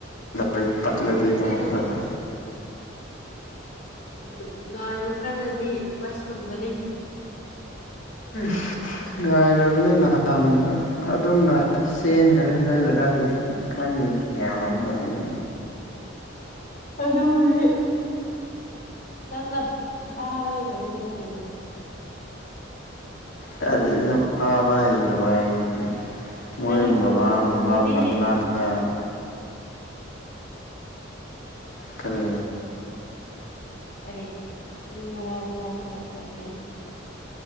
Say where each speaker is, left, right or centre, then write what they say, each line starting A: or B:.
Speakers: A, on the left; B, on the left.
A: ꯑꯩ ꯄꯠꯂꯗꯤ
B: ꯊꯥꯖꯔꯗꯤ
A: ꯀꯃꯥꯏ ꯇꯧꯕ꯫
B: ꯑꯗꯨ ꯉꯥꯏꯕ ꯀꯜꯂꯗꯤ ꯕꯁ ꯐꯪꯕꯅꯤ
A: <inaudible> ꯉꯥꯏꯔꯕꯅ ꯅꯍꯥꯟꯁꯨ ꯑꯗꯨꯝ ꯉꯥꯏ ꯆꯦꯟꯈ꯭ꯔꯦ ꯅꯣꯏ ꯂꯩꯀꯥꯏꯒꯤꯁꯨ ꯈꯪꯗꯦ ꯒꯌ꯭ꯥꯟ ꯑꯃ ꯇꯥꯗꯦꯅꯦ
B: <inaudible> ꯑꯗꯨꯕꯨꯗꯤ ꯅꯪꯅ ꯐꯥꯕ ꯍꯩꯇꯕꯅꯤꯅ ꯀꯩꯅꯣ
A: ꯇꯥꯟꯂꫭ ꯐꯥꯕ ꯍꯩꯇꯕ ꯍꯥꯏꯅꯦ ꯃꯣꯏ
B: ꯅꯪꯕꯨ
A: ꯃꯃꯥ
B: ꯅꯨꯡꯕꯨꯗꯤ
A: ꯕꯕꯥ ꯃꯅꯥꯛ ꯇꯥ ꯈꯔꯥ
B: ꯀꯔꯤ ꯄꯨꯡ ꯃꯉꯥ ꯑꯗꯨꯋꯥꯏꯗ ꯅꯨꯡꯁꯥ ꯀꯜꯂꯛꯄꯩ